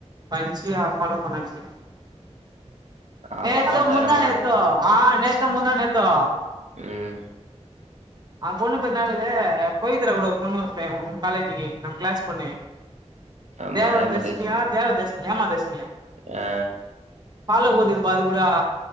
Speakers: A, on the right; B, on the right.
A: பன்ச்சியா ஃபாலோ பண்ண வச்சி
B: அவங்க
A: நேத்தோ
B: அக்கா
A: முந்தா
B: தரமா
A: நேத்தோ
B: இருக்கு
A: ஆ நேத்தோ முந்தா நேத்தோ
B: ம்
A: ஆ பொண்ணு பேரு என்னாதிலே போய் திர கூட பொண்ணு <unintelligible> காலேஜிக்கு நம் க்ளாஸ் பொண்ணு
B: ஆமா
A: தேவ
B: ஏமாத்தச்சுன்னு
A: தர்சினியா தேவ தர்சினி ஏமா தர்ஷ்
B: ஆ
A: பாலோ குட்த்துக்குதுபா அது கூட